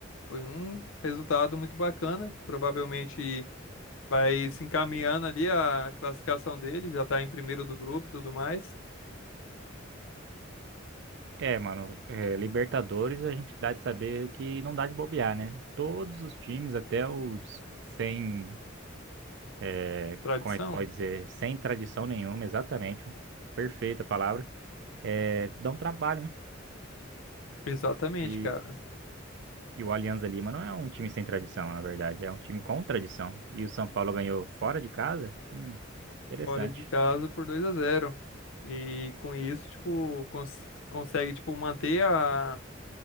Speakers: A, on the left; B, on the right.
A: Foi um resultado muito bacana, provavelmente vai se encaminhando ali a classificação dele, já tá em primeiro do grupo e tudo mais.
B: É, mano, é, Libertadores a gente dá de saber que não dá de bobear, né? Todos os times, até os sem. é,
A: Tradição?
B: como é que pode dizer? Sem tradição nenhuma, exatamente. Perfeita a palavra. É, dão trabalho,
A: Exatamente,
B: né?
A: cara.
B: E o Alianza Lima não é um time sem tradição, na verdade, é um time com tradição. E o São Paulo ganhou fora de casa? Hum, interessante.
A: fora de casa por dois a zero E com isso, tipo, cons- consegue tipo manter a